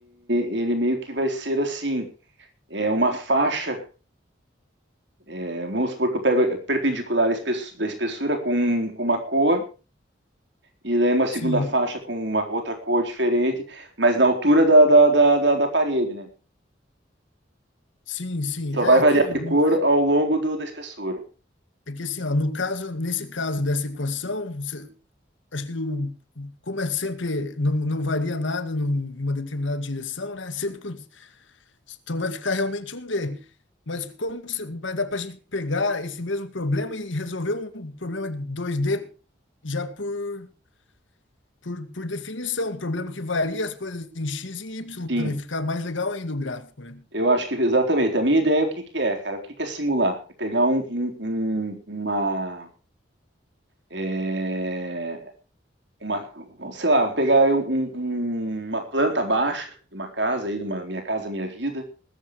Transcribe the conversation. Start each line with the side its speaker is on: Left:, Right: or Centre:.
Right: ele meio que vai ser assim, é uma faixa, é, vamos supor que eu pego é, perpendicular à espesso- da espessura com, com uma cor, e daí é uma segunda
Left: Sim,
Right: faixa com uma outra cor diferente, mas na altura da, da, da, da, da parede, né?
Left: sim, sim.
Right: Só
Left: É
Right: vai variar
Left: que, o-
Right: de cor ao longo do, da espessura.
Left: é que assim, ó, no caso, nesse caso dessa equação, cê- acho que o, como é sempre, não, não varia nada num- numa determinada direção, né? Sempre que, o- então vai ficar realmente um D. Mas como que cê- vai dar para a gente pegar esse mesmo problema e resolver um problema dois d já por por, por definição, um problema que varia as coisas em x e em y
Right: Sim,
Left: também. Fica mais legal ainda o gráfico, né?
Right: eu acho que exatamente. A minha ideia é o que que é, cara? O que que é simular? É pegar um, um- um- uma... é, uma, ou sei lá, vamos pegar um- um- uma planta baixa de uma casa aí, de uma Minha Casa Minha Vida,